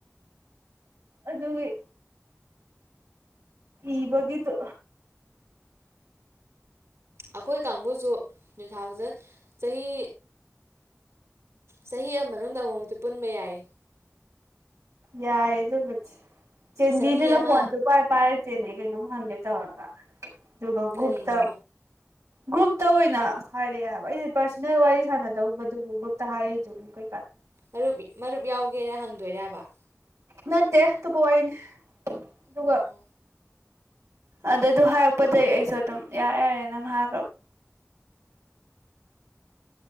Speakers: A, on the right; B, on the right.
A: ꯑꯗꯣ ꯍ ꯏꯕꯒꯤꯗꯨ
B: ꯑꯩꯈꯣꯏ ꯀꯥꯡꯕꯨꯁꯨ ꯇꯨ ꯊꯥꯎꯖꯟ ꯆꯍꯤ ꯆꯍꯤ ꯃꯅꯨꯡꯗ ꯑꯃꯨꯃꯨꯛꯇꯤ ꯄꯨꯟꯕ ꯌꯥꯏ
A: ꯌꯥ ꯑꯦꯗꯨ ꯀ ꯆꯕꯤꯖꯨꯅ
B: ꯆꯍꯤ ꯑꯃ
A: ꯐꯣꯟ ꯇ ꯀꯔ ꯄ ꯠꯇꯦꯅꯦꯒꯩꯅꯣ ꯍꯜꯦ ꯇꯋꯥꯔꯒ ꯑꯗꯨꯒꯣ
B: ꯀꯔꯤꯅꯣ
A: ꯨꯨꯔꯇ ꯒ꯭ꯔꯨꯞꯇ ꯑꯣꯏꯅ ꯍꯥꯏꯔꯛꯑꯦ ꯍꯥꯏꯕ ꯑꯩꯅ ꯄꯥꯔꯁꯣꯅꯦꯜ ꯋꯥꯔꯤ ꯁꯥꯟꯅꯗꯧꯕꯗꯨꯕꯨ ꯒ꯭ꯔꯨꯞꯇ ꯍꯥꯏꯔꯏꯗꯨꯕꯨ ꯀ
B: ꯃꯔꯨꯞ ꯃꯔꯨꯞ ꯌꯥꯎꯒ ꯒꯦꯅ ꯍꯪꯗꯣꯏꯔꯕ
A: ꯅ ꯗꯦꯍ ꯇ ꯄꯣꯏꯅꯦ ꯑꯗꯨꯒ
B: ꯑꯣ
A: ꯑꯗꯨ ꯑꯗꯨ ꯍꯥꯏꯔꯛꯄꯗꯒꯤꯩ ꯑꯩꯁꯨ ꯑꯗꯨꯝ ꯌꯥ ꯌꯥꯔꯦ ꯑꯗꯨꯝ ꯍꯥꯏꯈ꯭ꯔꯕ